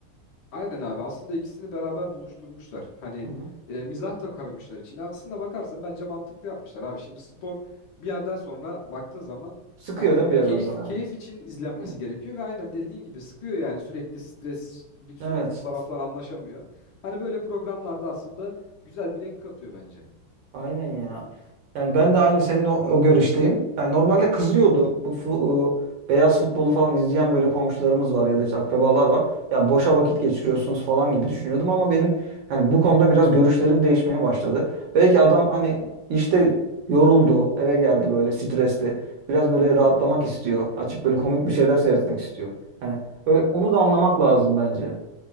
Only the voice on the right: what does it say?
Hı hı.
Sıkıyor
değil mi bir yerden
sonra abi?
Hı.
Evet.
Aynen ya. Yani ben de aynı senin o, o görüşteyim. Yani normalde kızıyordum. Bu fu- e, beyaz futbolu falan izleyen böyle komşularımız var ya da işte akrabalar var. Ya boşa vakit geçiriyorsunuz falan gibi düşünüyordum ama benim hani bu konuda biraz görüşlerim değişmeye başladı. Belki adam hani işte yoruldu, eve geldi böyle stresli. Biraz böyle rahatlamak istiyor. Açıp böyle komik bir şeyler seyretmek istiyor. Yani ö- onu da anlamak lazım bence.